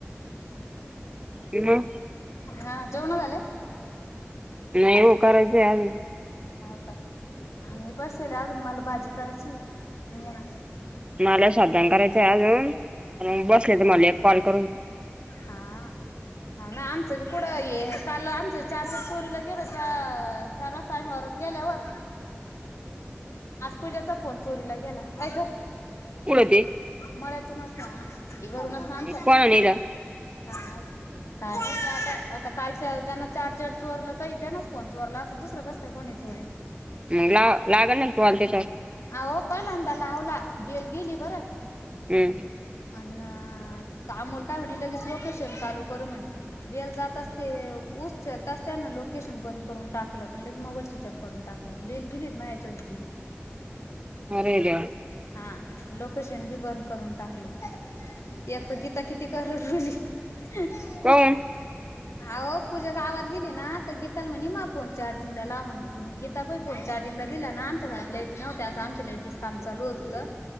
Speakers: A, on the right (about 20°); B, on the left (about 80°).
A: आज मग
B: हा जेवण झाले.
A: नाही येव कारायचे आजून
B: हो का आणि बसले अजून मला भाजी करायची ये ना.
A: मला शाबूदा करायचंय अजून बसले तर मला एक कॉल करून
B: हा. हा ना आमचं बी कुठं हे काल आमचं चार दिवस चोरीला गेलं च चार वाजत आम्ही वरच गेल्यावर पूजेचा फोन चोरीला गेला अआई धर
A: कुठते?
B: मळ्यातूनच ना घरूनच ना आमच्या
A: कोणा नेलं
B: <unintelligible> आता आता कालच्या ज्यांना चार्जर चोरलं तर त्यांनाच फोन चोरला असल दुसरं कसकाय कोणी च चोरेन
A: मग ला लागल ना कॉल त्याच्यात
B: अ हो पहिलांदा लावला बेल गेली बरं.
A: हम्म.
B: अ अमोल काय म्हणे लगेच लोकेशन चालू करू म्हणे बेल जात असते. उ चलताचा लोके लकेशन बंद करून टाकलं आणि लगे मोबाईल स्विच ऑफ करून टाकला बेल गेली मॅचन तीन
A: अरे देवा
B: हा लोक. शन बी बंद करून टाकले एक तर गीता किती करड बली <unintelligible>
A: कोण
B: अ पूजा गावात गेली ना तर गीताला म्हणेमा फोन चार्जिंग लाव म्हणे मग गीता पण फोन चार्जिंग तमला दिला ना आमच्या घरात लाईटी नव्ह्या आं आमच्या लाईटीच कामचालू होत होतं.